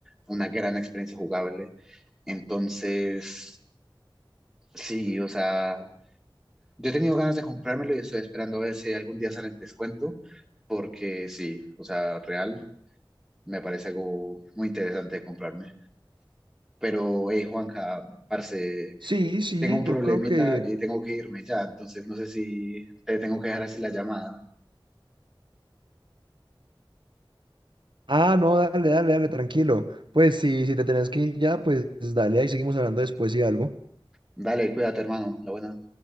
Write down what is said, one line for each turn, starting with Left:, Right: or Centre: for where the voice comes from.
Centre: una gran experiencia jugable. Entonces, sí, o sea, yo he tenido ganas de comprármelo y estoy esperando a ver si algún día sale el descuento, porque sí, o sea, real, me parece algo muy interesante de comprarme. Pero, hey, Juanca, parce,
Right: Sí, sí,
Centre: tengo un
Right: yo
Centre: problemita
Right: creo que...
Centre: y tengo que irme ya, entonces no sé si te tengo que dejar así la llamada.
Right: Ah, no, dale, dale, dale, tranquilo. Pues sí, si te tenés que ir ya, pues dale, ahí seguimos hablando después y algo.
Centre: Dale, cuídate, hermano, la buena.